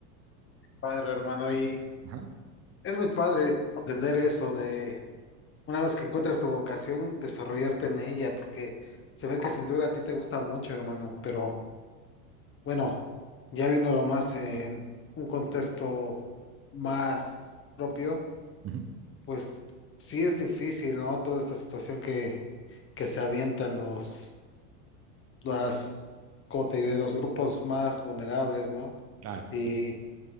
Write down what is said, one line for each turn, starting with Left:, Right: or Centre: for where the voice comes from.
Left: Padre, hermano. Y
Right: Ajá,
Left: es muy padre entender eso de una vez que encuentras tu vocación, desarrollarte en ella, porque se ve que sin duda a ti te gusta mucho, hermano. Pero bueno, ya viéndolo más en un contexto más propio.
Right: ujú,
Left: Pues sí es difícil, ¿no? Toda esta situación que, que se avientan los, las, como te diré, los grupos más vulnerables, ¿no?
Right: claro.
Left: Y,